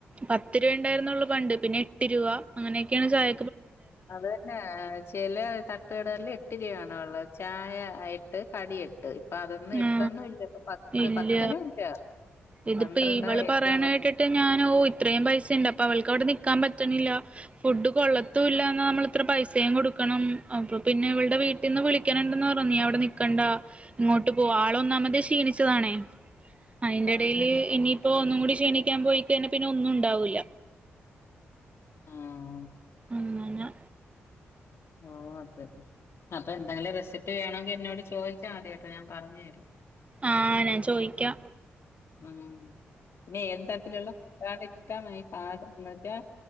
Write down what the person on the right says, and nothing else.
പത്ത് രൂപ ഉണ്ടായിരുന്നുള്ളു പണ്ട് പിന്നെ എട്ട് രൂവ അങ്ങനെയൊക്കെയാണ് ചായ
ആ
ഇല്ല
ഇതിപ്പോ
ഇവള്
പറയണ
കേട്ടിട്ട് ഞാന ഓ ഇത്രയും പൈസുണ്ട് അപ്പൊ അവൾക്ക് അവിടെ നിക്കാൻ പറ്റണില്ല ഫുഡ് കൊള്ളത്തും ഇല്ലാന്നാ നമ്മള ഇത്ര പൈസയും കൊടുക്കണം അപ്പം പിന്നെ ഇവൾടെ വീട്ടിൽന്ന് വിളിക്കാനു നീ അവിടെ നിക്കണ്ട ഇങ്ങോട്ട് ട്ടു പോ ആളൊന്നാമതെ ക്ഷീണിച്ചതാണേ ആ അയിന്റെടയില്
ഇനിയിപ്പോ ഒന്നും കൂടി <unintelligible> പോയിക്ക പിന്നെ ഒന്നും ഉണ്ടാവൂല്ല
അങ്ങനെ
ആഹ് ഞാ ചോയിക്ക